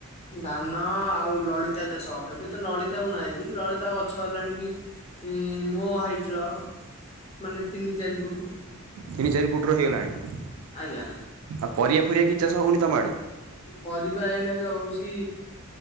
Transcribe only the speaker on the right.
ତିନି ଚାରି ଫୁଟ୍ର ହେଇଗଲାଣି।
ଆଉ ପରିବା ଫରିବା କିଚାଷ ହଉନି ତମ ଆଡ଼େ?